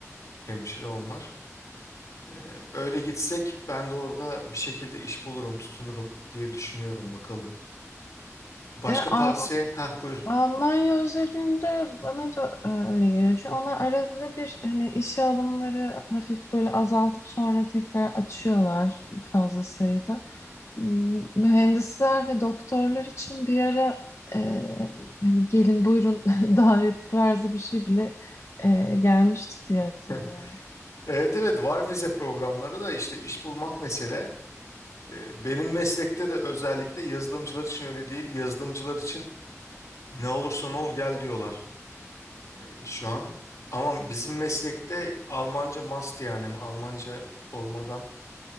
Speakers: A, on the left; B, on the left.
A: Hemşire onlar. Ee, öyle gitsek ben de orada bir şekilde iş bulurum, tutunurum diye düşünüyorum bakalım. Başka
B: E, Av-
A: tavsiye? Ha buyur.
B: Almanya özelinde bana da e, öyle geliyor. Çünkü onlar arada bir hani işe alımları hafif böyle azaltıp sonra tekrar açıyorlar fazla sayıda. M- Mühendisler ve doktorlar için bir ara e, hani gelin buyurun <laughs> davet tarzı bir şey bile e, gelmişti diye hatırlıyorum.
A: <laughs> Evet evet var vize programları da işte iş bulmak mesele. Ee, Benim meslekte de özellikle yazılımcılar için öyle değil. Yazılımcılar için ne olursan ol gel diyorlar ee, şu an. Ama bizim meslekte Almanca must yani Almanca olmadan